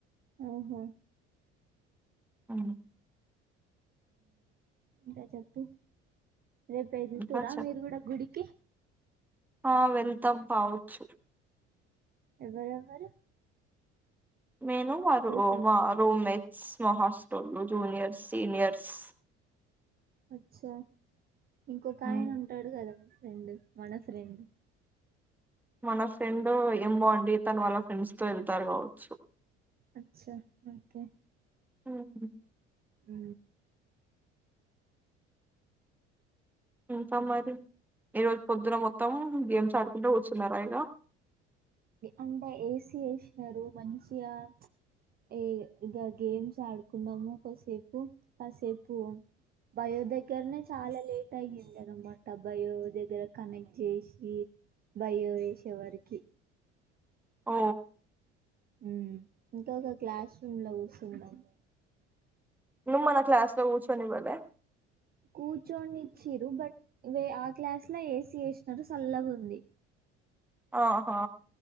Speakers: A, on the right (about 25°); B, in the centre.
A: ఉహు
B: అ
A: ఇంకా చెప్పు రేపు వెళ్తురా
B: ఇంకా చెప్
A: మీరు కూడా గుడికి
B: ఆ వెళ్తాం కావచ్చు
A: ఎవరువరు,
B: నేను మా రు
A: ఫ్రెండ్
B: రూమ్ మెయిట్ స్మ హాస్టల్లు జూనియర్స్, సీనియర్స్
A: అచ్చా ఇంకొక
B: ఉమ్.
A: ఆయన ఉంటాడు కదా ఫ్రెండ్ మన ఫ్రెండ్
B: మన ఫ్రెండ్ ఏం బో అండి తన వాళ్ళ ఫ్రెండ్స్ తో వెళ్తారు కావచ్చు,
A: అచ్చ ఓకే
B: ఉహు
A: ఊ
B: ఇంకా మరి ఈ రోజు పొద్దున మొత్తం గేమ్స్ ఆడుకుంటే కూర్చున్నారా ఇగా
A: అంటే ఏసీ వేసినారు మంచిగా ఏ ఇగా గేమ్స్ ఆడుకున్నాము, కాసేపు కాసేపు బయో దగ్గరనే చాలా లేట్ అయ్యింది అనమాట బయో దగ్గర కనెక్ట్ చేసి భయో వేసే వరికి
B: ఆ
A: ఉ ఇంకా ఒక క్లాస్ రూమ్ లో కూస్తున్నాము,
B: ను మన క్లాస్ లా కూర్చొని పోలే
A: కూర్చోనిచ్చిర్రు బట్ వే ఆ క్లాస్ లో ఏసి వేసినరు సల్లగా ఉంది.
B: ఆహా